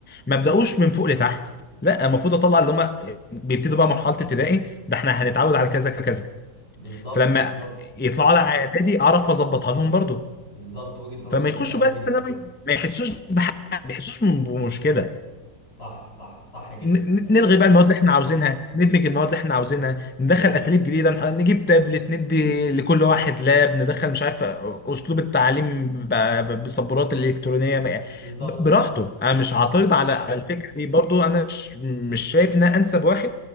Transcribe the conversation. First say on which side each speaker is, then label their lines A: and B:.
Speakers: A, on the left (about 15°); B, on the left (about 40°).
A: ما ابداوش من فوق لتحت لا المفروض اطلع اللي هم بيبتدوا بقى مرحله ابتدائي ده احنا هنتعود على كذا كذا
B: بالظبط
A: فلما
B: بالظبط
A: يطلعوا على اعدادي اعرف اظبطها لهم برضو
B: بالظبط وجهه نظر
A: فما
B: محترمه
A: يخشوا بقى الثانوي
B: جدا
A: ما يحسوش بحاجه ما يحسوش بمشكله
B: صح صح صح جدا
A: ن- ن-
B: فعلا
A: نلغي بقى المواد اللي احنا عاوزينها ندمج المواد اللي احنا عاوزينها ندخل
B: امم
A: اساليب جديده نح- نجيب تابلت ندي لكل واحد لاب ندخل مش عارف اسلوب التعليم ب- ب- بالسبورات الالكترونيه ب-
B: بالظبط
A: براحته انا مش هعترض على على الفكره دي برضو انا مش مش شايف ان أنا انسب واحد